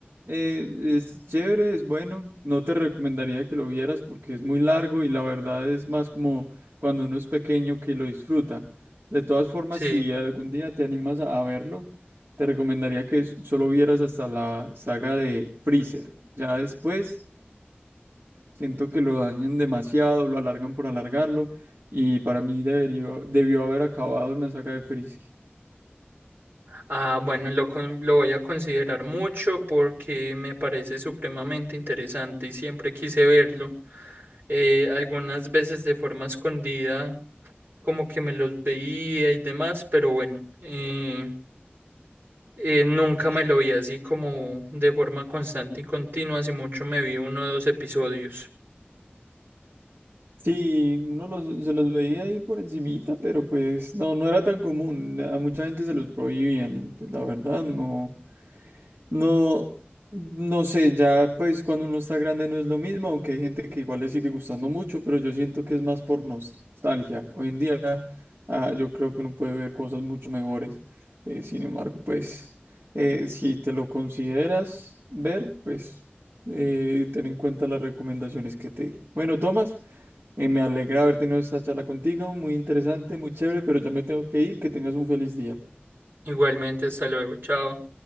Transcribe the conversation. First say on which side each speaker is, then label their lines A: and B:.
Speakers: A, on the right (about 70°); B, on the right (about 60°).
A: eh, es chévere, es bueno. No te recomendaría que lo vieras porque es muy largo y la verdad es más como cuando uno es pequeño que lo disfruta. De todas formas,
B: Sí.
A: si algún día te animas a, a verlo, te recomendaría que s- solo vieras hasta la saga de Freezer. Ya después siento que lo dañan demasiado, lo alargan por alargarlo y para mí debería- debió haber acabado en la saga de Freezer.
B: Ah, bueno, lo, con- lo voy a considerar mucho porque me parece supremamente interesante y siempre quise verlo. Eh, algunas veces de forma escondida como que me los veía y demás, pero bueno, eh, eh, nunca me lo vi así como de forma constante y continua, así mucho me vi uno o dos episodios.
A: Sí, uno los- se los veía ahí por encimita, pero pues no, no era tan común. A mucha gente se los prohibían y pues la verdad no. No, no sé, ya pues cuando uno está grande no es lo mismo, aunque hay gente que igual le sigue gustando mucho, pero yo siento que es más por nostalgia. Hoy en día ah, yo creo que uno puede ver cosas mucho mejores. Eh, sin embargo, pues eh, si te lo consideras ver, pues eh, ten en cuenta las recomendaciones que te di. Bueno, Tomás, eh, me alegra haber tenido esta charla contigo, muy interesante, muy chévere, pero ya me tengo que ir, que tengas un feliz día.
B: Igualmente, hasta luego, chao.